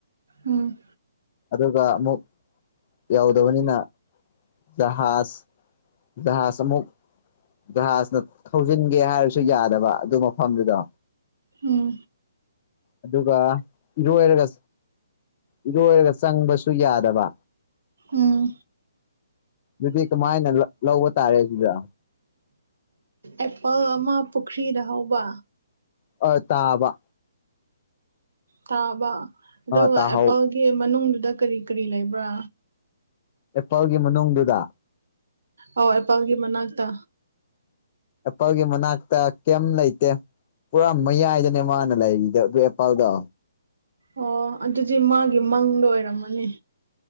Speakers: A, on the right (about 85°); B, on the left (about 35°).
A: ꯎꯝ
B: ꯑꯗꯨꯒ ꯑꯃꯨꯛ ꯌꯧꯗꯕꯅꯤꯅ ꯖꯍꯥꯖ ꯖꯍꯥꯖ ꯑꯃꯨꯛ ꯖꯍꯥꯖꯅ ꯊꯧꯖꯤꯟꯒꯦ ꯍꯥꯏꯔꯁꯨ ꯌꯥꯗꯕ ꯑꯗꯨ ꯃꯐꯝꯗꯨꯗꯥ
A: ꯍꯝ
B: ꯑꯗꯨꯒ ꯏꯔꯣꯏꯔꯒ ꯏꯔꯣꯏꯔ ꯆꯪꯕꯁꯨ ꯌꯥꯗꯕ
A: ꯍꯝ
B: ꯑꯗꯨꯗꯤ ꯀꯃꯥꯏꯅ ꯂꯧ ꯂꯧꯕ ꯇꯥꯔꯦ ꯁꯤꯗ
A: ꯑꯦꯄꯜ ꯑꯃ ꯄꯨꯈ꯭ꯔꯤꯗ ꯍꯧꯕ
B: ꯑ ꯇꯥꯕ
A: ꯇꯥꯕ ꯑꯗꯨꯒ
B: ꯑ ꯇꯥꯍꯧ
A: ꯑꯦꯄꯜꯒꯤ ꯃꯅꯨꯡꯗꯨꯗ ꯀꯔꯤ ꯀꯔꯤ ꯂꯩꯕ꯭ꯔꯥ
B: ꯑꯦꯄꯜꯒꯤ ꯃꯅꯨꯡꯗꯨꯗ
A: ꯑꯧ ꯑꯦꯄꯜꯒꯤ ꯃꯅꯥꯛꯇ
B: ꯑꯦꯄꯜꯒꯤ ꯃꯅꯥꯛꯇ ꯀꯦꯝ ꯂꯩꯩꯇꯦ ꯄꯨꯔꯥ ꯃꯌꯥꯏꯗꯅꯦ ꯃꯥꯅ ꯂꯩꯔꯤꯗꯣ ꯑꯗꯨ ꯑꯦꯄꯜꯗꯣ
A: ꯑꯣ ꯑꯗꯨꯗꯤ ꯃꯥꯒꯤ ꯃꯪꯗꯥ ꯑꯣꯏꯔꯝꯃꯅꯤ